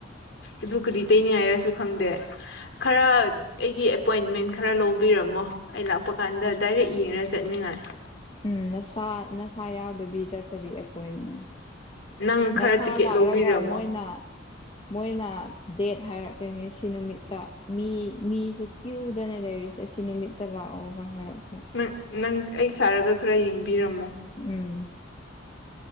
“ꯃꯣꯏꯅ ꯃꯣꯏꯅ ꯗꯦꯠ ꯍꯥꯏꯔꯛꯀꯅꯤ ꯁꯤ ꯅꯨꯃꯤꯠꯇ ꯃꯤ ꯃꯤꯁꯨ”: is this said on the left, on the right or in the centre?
Left